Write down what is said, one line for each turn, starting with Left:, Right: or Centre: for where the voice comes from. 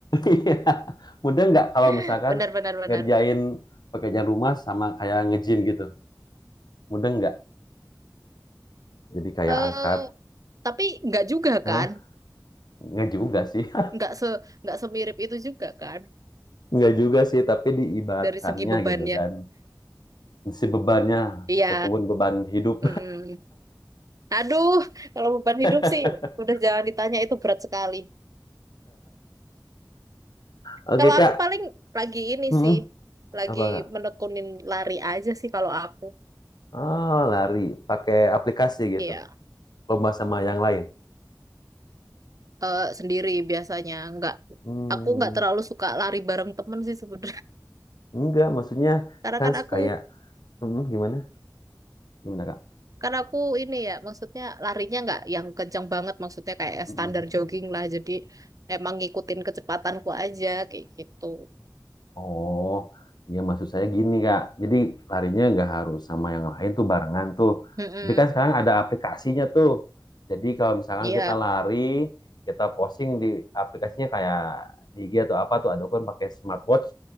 Left: Iya. Mudah nggak kalau
Right: <laughs>
Left: misalkan
Right: benar-benar benar.
Left: ngerjain
Right: benar.
Left: pekerjaan rumah sama kayak nge-gym gitu? Mudah nggak? Jadi kayak
Right: Eh,
Left: angkat,
Right: tapi nggak juga
Left: Hah?
Right: kan?
Left: Nggak juga sih. <laughs>
Right: Nggak se nggak semirip itu juga kan?
Left: Nggak juga sih, tapi diibaratkannya
Right: Dari segi bebannya.
Left: gitu kan. Si bebannya,
Right: Iya.
Left: ataupun beban hidup.
Right: mm-mm. Aduh, kalau beban
Left: <laughs>
Right: hidup sih udah jangan ditanya itu berat sekali.
Left: Oke,
Right: Kalau
Left: Kak.
Right: aku paling lagi ini
Left: Hmm,
Right: sih, lagi
Left: apa nggak?
Right: menekunin lari aja sih kalau aku.
Left: Oh, lari. Pakai aplikasi gitu.
Right: Iya,
Left: Lomba sama yang lain.
Right: eh, sendiri biasanya nggak.
Left: Hmm,
Right: Aku nggak terlalu suka lari bareng temen sih sebenarnya.
Left: enggak, maksudnya
Right: <laughs> Karena
Left: kan
Right: kan aku
Left: kayak, hmm, gimana? Gimana, Kak?
Right: Karena aku ini ya, maksudnya larinya nggak yang kencang banget, maksudnya kayak
Left: Hmm.
Right: standar
Left: hmm, hmm.
Right: jogging lah. Jadi emang ngikutin kecepatanku aja kayak gitu.
Left: Oh, iya maksud saya gini Kak. Jadi larinya nggak harus sama yang lain tuh barengan tuh.
Right: Mm-mm.
Left: Tapi kan sekarang ada aplikasinya tuh. Jadi kalau misalkan
Right: Iya.
Left: kita lari, kita posting di aplikasinya kayak di IG atau apa tuh ada kan pakai smartwatch.